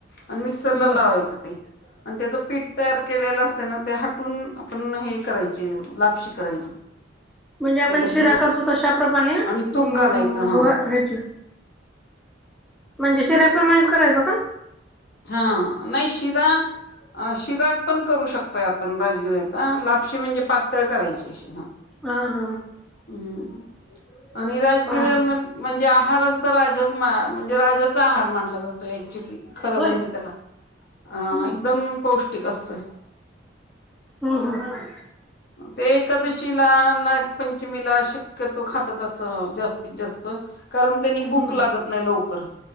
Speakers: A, on the left; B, in the centre.
A: आणि मिक्सरला
B: बर
A: लावायचं ते आणि त्याचं पीठ तयार केलेलं असते ना ते हटून आपण हे करायचे लापशी करायची
B: म्हणजे आपण
A: त्याच्यात
B: शिरा
A: गुळ
B: करतो तशाप्रमाणे अ
A: आणि तूप घालायचं हा
B: व ह्याची म्हणजे शेऱ्याप्रमाणेच करायचं का
A: हा नाही शिरा अ शिराग पण करू शकतोय आपण राजगिऱ्याचा लापशी म्हणजे पातळ करायची कष ह
B: ह ह
A: हम्म आणि राजगिर्या
B: हा हा
A: म म्हणजे आहारांचा राजाच म्हणजे राजाचा आहार मानला जातो ऍक्च्युली खरं
B: होय
A: म्हणजे त्याला अ
B: हम्म
A: एकदम पौष्टिक असतोय
B: हम् हम
A: ते एकादशीला नागपंचमीला शक्यतो खातात असं जास्त जास्त कारण त्यांनी भूक
B: हम्म
A: लागत नाही लवकर